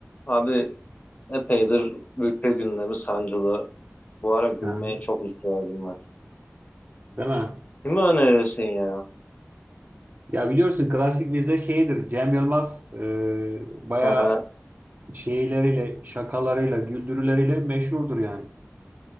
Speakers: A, on the left; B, on the right.
A: Abi epeydir ülke gündemi sancılı. Bu ara gülmeye
B: Aha,
A: çok ihtiyacım var.
B: Değil mi?
A: Kimi önerirsin ya?
B: Ya biliyorsun klasik bizde şeydir. Cem Yılmaz e, bayağı
A: Aha.
B: şeyleriyle, şakalarıyla, güldürüleriyle meşhurdur yani.